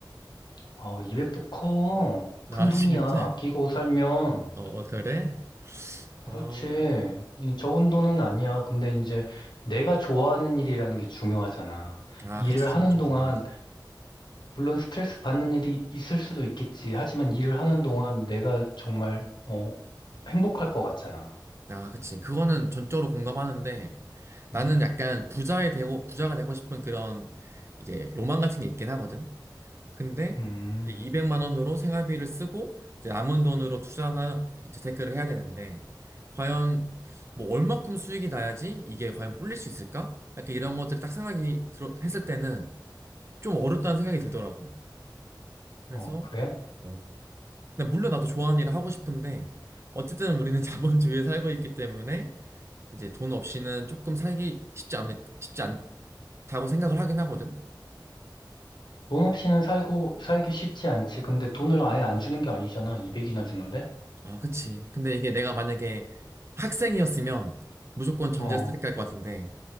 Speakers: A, on the left (about 70°); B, on the right (about 35°).
A: 어, 200도 커. 큰
B: 아,
A: 돈이야.
B: <laughs> 진짜
A: 아끼고 살면.
B: 어, 어, 그래?
A: 그렇지.
B: 어,
A: 이 적은 돈은 아니야. 근데 이제 내가 좋아하는 일이라는 게 중요하잖아.
B: 아,
A: 일을
B: 그치.
A: 하는
B: 엄청
A: 동안,
B: 중요하지.
A: 물론 스트레스 받는 일이 있을 수도 있겠지. 하지만 일을 하는 동안 내가 정말, 어, 행복할 것 같잖아.
B: 아, 그치. 그거는 전적으로 공감하는데 나는
A: 음,
B: 약간 부자에 되고, 부자가 되고 싶은 그런 이제 로망 같은 게 있긴 하거든. 근데
A: 음,
B: 이제 200만 원으로 생활비를 쓰고 이제 남은 돈으로 투자나 이제 재테크를 해야 되는데 과연 뭐 얼마큼 수익이 나야지 이게 과연 불릴 수 있을까? 약간 이런 것들이 딱 생각이 들어, 했을 때는 좀 어렵다는 생각이 들더라고. 그래서
A: 어, 그래?
B: 어, 근데 물론 나도 좋아하는 일을 하고 싶은데 어쨌든 우리는 <laughs> 자본주의에 살고 있기 때문에 이제 돈 없이는 조금 살기 쉽지 않, 쉽지 않다고 생각을 하긴 하거든.
A: 돈 없이는 살고, 살기 쉽지 않지. 근데 돈을 아예 안 주는 게 아니잖아. 200이나 주는데?
B: 아, 그치. 근데 이게 내가 만약에 학생이었으면 무조건 전제
A: 어,
B: 쓰레기 할것 같은데